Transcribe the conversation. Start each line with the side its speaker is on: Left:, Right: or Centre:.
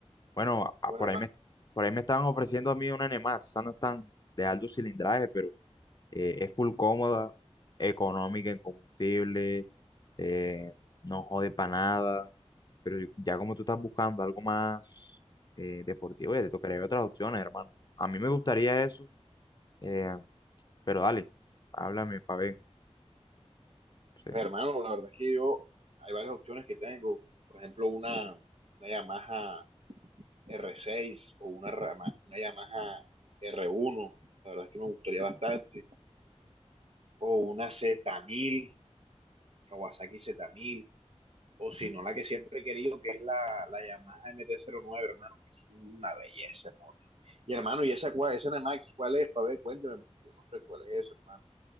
Left: Bueno, a-
Right: Pues,
Left: por
Right: hermano,
Left: ahí me, por ahí me estaban ofreciendo a mí una NMAX, esa no es tan de alto cilindraje, pero eh, es full cómoda, económica en combustible, eh, no jode para nada, pero ya como tú estás buscando algo más eh, deportivo, ya te tocaría ver otras opciones, hermano. A mí me gustaría eso, eh, pero dale, háblame para ver. sí.
Right: pues, hermano, la verdad es que yo, hay varias opciones que tengo. Por ejemplo, una, una Yamaha r seis o una, Rama- una Yamaha r uno la verdad es que me gustaría bastante. O una z mil Kawasaki z mil o si
Left: mm.
Right: no, la que siempre he querido, que es la, la Yamaha mt nueve hermano, que es una belleza, hermano. Y hermano, ¿y esa, cuál, esa Nemax cuál es? Para ver, cuénteme, yo no sé cuál es eso, hermano.